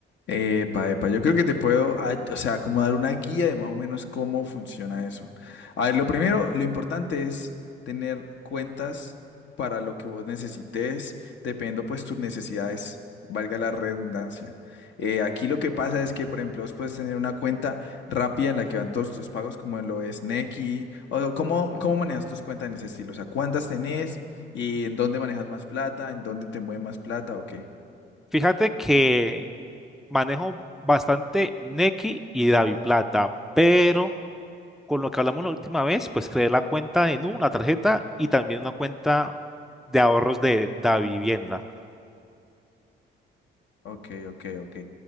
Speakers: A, on the left (about 65°); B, in the centre.
A: Epa, epa. Yo creo que te puedo, ah, o sea, como dar una guía de más o menos cómo funciona eso. A ver, lo primero, lo importante es tener cuentas para lo que vos necesites, dependiendo pues tus necesidades, valga la redundancia. Eh, aquí lo que pasa es que, por ejemplo, vos puedes tener una cuenta rápida en la que van todos tus pagos, como lo es Nequi, o cómo, cómo manejas tus cuentas en ese estilo, o sea, cuántas tenés y en dónde manejas más plata, en dónde te mueve más plata o qué.
B: Fíjate que Manejo bastante Nequi y DaviPlata, pero con lo que hablamos la última vez, pues creé la cuenta de Nu, la tarjeta y también una cuenta de ahorros de Davivienda.
A: Ok, ok, ok.